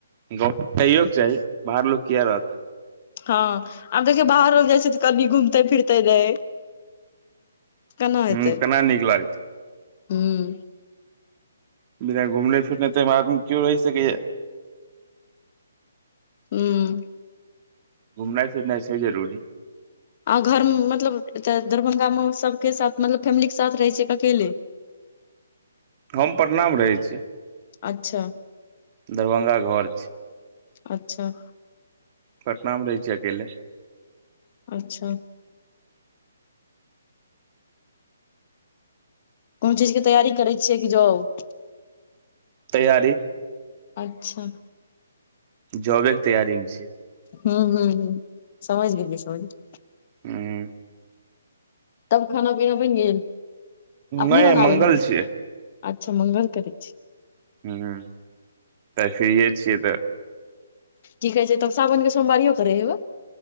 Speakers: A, on the right (about 35°); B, on the left (about 40°).
A: गाँवे में रहेईयौ के चाही बाहर लोक किए रहतै।
B: हां आब देखियौ बाहरो जाइ छै तऽ कनि घूमते फिरते नै। कना हेतै
A: हूं केना नीक लागतै
B: हूं।
A: बिना घूमने फिरने तै में आदमी क्यो रह सकैयै?
B: हूं।
A: घूमनाइ-फिरनाइ छै जरूरी।
B: आहां घर मतलब ऐता दरभंगा मे आहां सबके साथ मतलब फैमिली के साथ रहे छीयै की अकेले।
A: हम पटनामे रहै छियै।
B: अच्छा-अच्छा।
A: दरभंगा घर छै पटना मे रहै छीयै अकेले।
B: अच्छा। कुनु चीज के तैयारी करै छियै कि जॉब?
A: तैयारी।
B: अच्छा।
A: जॉबे के तैयारी मे छीयै।
B: हूं-हूं-हूं समझ गेलिए, समझ गेलिए।
A: हूँ।
B: तब खाना - पीना बनि गेल? अपने
A: नहि
B: बनाबै
A: आइ मंगल
B: हेबै?
A: छियै
B: अच्छा मंगल करै छी।
A: हूं हूं आइ फिरिये छियै तऽ
B: की कहै छै तब साावन के सोमबारियो करै हेबै?